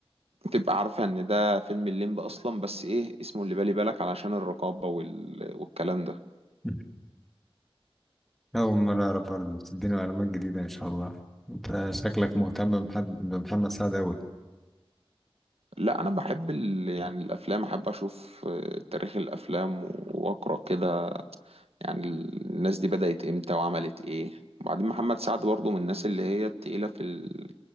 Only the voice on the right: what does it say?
تبقى عارفة ان ده فيلم الليمب اصلا بس ايه اسمه اللي بالي بالك علشان الرقابة وال... والكلام ده
لا انا بحب ال... يعني الافلام احب اشوف آه، تاريخ الافلام و- واقرا كده يعني ال- الناس دي بدأت امتى وعملت ايه وبعدين محمد سعد برضه من الناس اللي هي التقيلة في ال...